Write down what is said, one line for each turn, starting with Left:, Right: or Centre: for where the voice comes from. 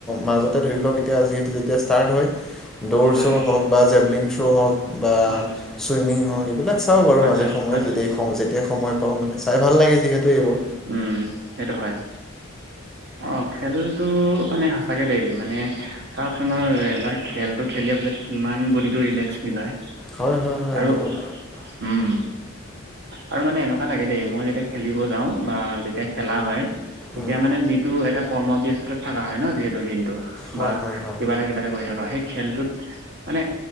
Centre: মাজতে ধৰি লওক এতিয়া যিহেতু যেতিয়া ষ্টাৰ্ট হয়। দৌৰ
Right: হয়
Centre: চৌৰ হওক বা জেভলিন। থ্ৰু হক। বা
Right: হয়
Centre: চুইমিং হওঁক এইবিলাক চাও বাৰু।
Right: হয়
Centre: মাজে
Right: হয়
Centre: সময়ত
Right: হয় হয়
Centre: যদি সম যেতিয়া সময় পা মে চাই ভাল লাগে যিহেতু এইবোৰ
Right: উম সেইটো হয়। অ খেল টো মানে সঁচাকে দেই মানে চাওকচোন আৰু এবাৰ খেলটো খেলি পিছত কিমান বডিটো ৰিলেক্স ফিল হয়।
Centre: হয় হয় হয়
Right: আৰু
Centre: বহুত
Right: উম আৰু মানে এনেকোৱা লাগে দেই মই যেতিয়া খেলিব যাওঁ। বা যেতিয়া খেলা হয় তেতিয়া
Centre: উম,
Right: মানে যিটো এটা। কৰ্মব্যস্ততাত থকা হয় ন যিহেতু দিনটো
Centre: হয়
Right: বা
Centre: হয় হয়
Right: কিবা এটা কিবা এটা কৰি থকা সেই খেলটোত মানে